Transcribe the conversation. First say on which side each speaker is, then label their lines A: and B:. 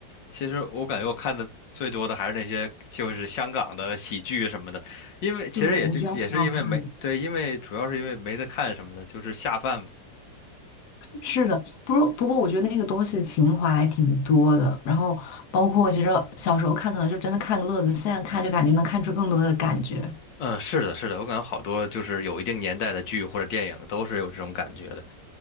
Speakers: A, on the left (about 80°); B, on the left (about 65°).
A: 其实我感觉我看的最多的还是那些就是香港的喜剧什么的，因为其实也就也是因为没对，
B: 对，我觉得还挺好看的。
A: 因为主要是因为没得看什么的，就是下饭嘛
B: 是的，不过不过我觉得那个东西情怀还挺多的，然后包括其实小时候看可能就真的看个乐子，现在看就感觉能看出更多的感觉。
A: 嗯，是的，是的，我感觉好多就是有一定年代的剧或者电影都是有这种感觉的。